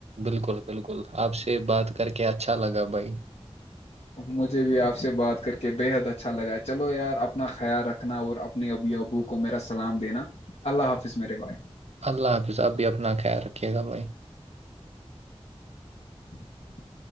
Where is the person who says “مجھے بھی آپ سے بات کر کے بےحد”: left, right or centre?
Left